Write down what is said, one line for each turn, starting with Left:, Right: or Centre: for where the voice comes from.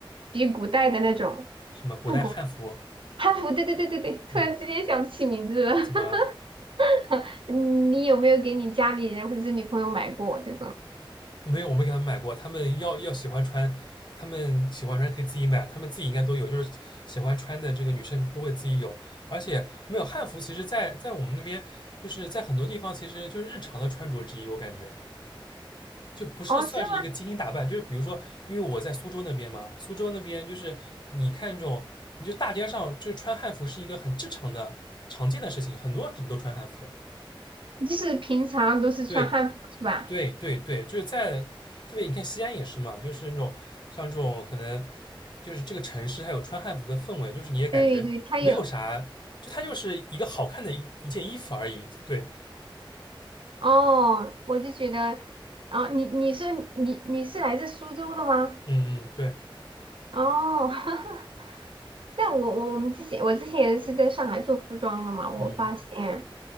Right: 比古代的那种
Left: 什么古代汉服？
Right: 复古汉服。对对对对对，突然之间想不起名字了。
Left: 嗯，怎么了？
Right: <laughs> 你有没有给你家里人或者是女朋友买过这种？
Left: 没有，我没给他们买过。他们要要喜欢穿，他们喜欢穿可以自己买，他们自己应该都有，就是喜欢穿的这个女生都会自己有。而且没有汉服，其实在，在我们那边，就是在很多地方，其实就是日常的穿着之一，我感觉。就不是算是一个精心打扮，
Right: 哦，这
Left: 就是比如说，因为我在苏州那边嘛，苏州那边就是你看这种，你就大街上就是穿汉服是一个很正常的、常见的事情，很多人都穿汉服。
Right: 就是平常都是穿汉服是吧？
Left: 对，对对对，就是在特别你看西安也是嘛，就是那种像这种可能就是这个城市它有穿汉服的氛围，就是你也感觉没有啥，
Right: 对对，它有。
Left: 就它就是一个好看的一一件衣服而已。对，
Right: 哦，我就觉得，啊，你你是你你是来自苏州的吗？
Left: 嗯嗯对，
Right: 哦，<laughs> 那我我我们之前我之前是在上海做服装的嘛，我发现
Left: 嗯